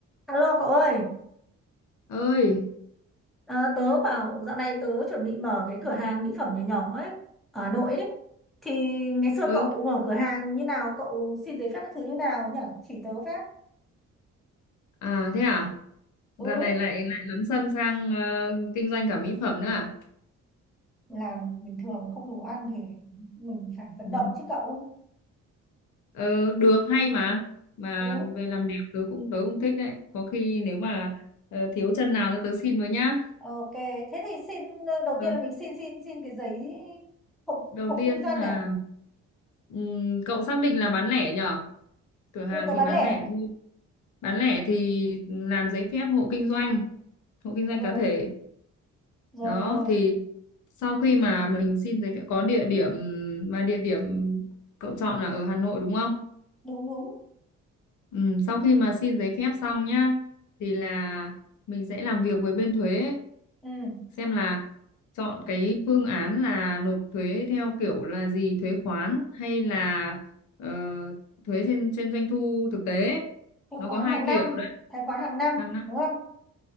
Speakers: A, in the centre; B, on the left.
A: Alo cậu ơi,
B: ơi
A: à, tớ bảo dạo này tớ chuẩn bị mở cái cửa hàng mỹ phẩm nhỏ nhỏ ấy, ở Hà Nội ấy. Thì ngày xưa
B: ừ
A: cậu mở cửa hàng như nào, cậu xin giấy phép các thứ như nào nhỉ? Chỉ tớ phép.
B: à thế à
A: Ừ,
B: dạo này lại lại lấn sân sang ờ, kinh doanh cả mỹ phẩm nữa à
A: làm bình thường không đủ ăn thì mình phải vận
B: <laughs>
A: động chứ cậu.
B: ờ được hay mà mà
A: Ừ,
B: về làm đẹp tớ cũng tớ cũng thích đấy có khi nếu mà ờ, thiếu chân nào cho tớ xin với nhá
A: ok. Thế thì xin, ờ, đầu
B: Ờ,
A: tiên là mình xin xin xin cái giấy hộ,
B: đầu
A: hộ
B: tiên
A: kinh doanh
B: là
A: à?
B: ừm, cậu xác định là bán lẻ nhở cửa hàng
A: Ừ, tớ
B: thì
A: bán
B: bán
A: lẻ.
B: lẻ thôi bán lẻ thì làm giấy phép hộ kinh doanh hộ kinh
A: Ừ,
B: doanh cá thể
A: rồi
B: đó
A: rồi,
B: thì sau khi mà mình xin giấy phép có địa điểm mà địa điểm cậu chọn là ở Hà Nội đúng không?
A: đúng đúng.
B: Ừ, sau khi mà xin giấy phép xong nhá thì là mình sẽ làm việc với bên thuế
A: Ừ,
B: xem là chọn cái phương án là nộp thuế theo kiểu là gì thuế khoán hay là ờ, thuế trên trên doanh thu thực tế
A: từ
B: nó
A: khoán
B: có hai
A: hàng năm,
B: kiểu đấy
A: tài khoản hàng năm,
B: Hàng
A: đúng không?